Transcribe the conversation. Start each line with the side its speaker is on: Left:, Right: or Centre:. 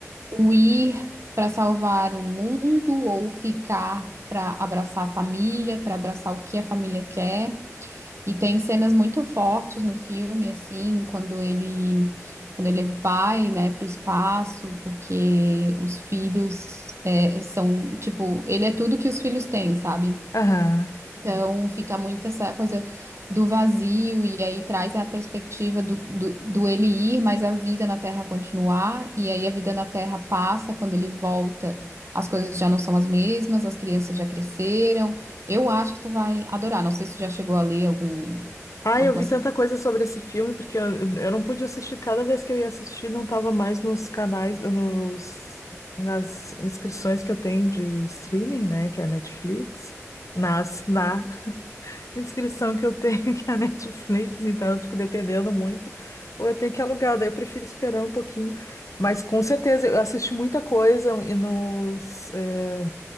Right: o ir para salvar o mundo ou ficar para abraçar a família, para abraçar o que a família quer. E tem cenas muito fortes no filme, assim, quando ele quando ele vai, né, para o espaço, porque os filhos é, são, tipo, ele é tudo que os filhos têm, sabe?
Left: Aham.
Right: Então fica muito essa coisa do vazio, e aí traz a perspectiva do, do, do ele ir, mas a vida na Terra continuar, e aí a vida na Terra passa, quando ele volta, as coisas já não são as mesmas, as crianças já cresceram. Eu acho que tu vai adorar. Não sei se tu já chegou a ler algum,
Left: Ah,
Right: alguma.
Left: eu vi tanta coisa sobre esse filme, porque eu, eu não pude assistir. Cada vez que eu ia assistir, não estava mais nos canais, nos, nas inscrições que eu tenho de streaming, né? Que é a Netflix. Nas, na inscrição que eu tenho, <laughs> que é a Netflix, então eu fico dependendo muito, ou eu tenho que alugar, daí eu prefiro esperar um pouquinho. Mas com certeza, eu assisti muita coisa e nos eh,